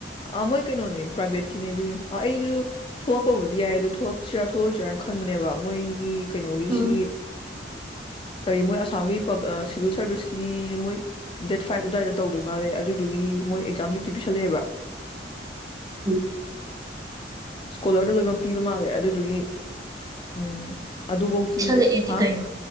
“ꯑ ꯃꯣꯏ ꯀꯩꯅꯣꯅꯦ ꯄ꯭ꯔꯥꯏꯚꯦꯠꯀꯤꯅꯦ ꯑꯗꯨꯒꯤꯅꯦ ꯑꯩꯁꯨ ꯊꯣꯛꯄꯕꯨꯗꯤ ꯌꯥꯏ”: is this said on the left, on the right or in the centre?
Left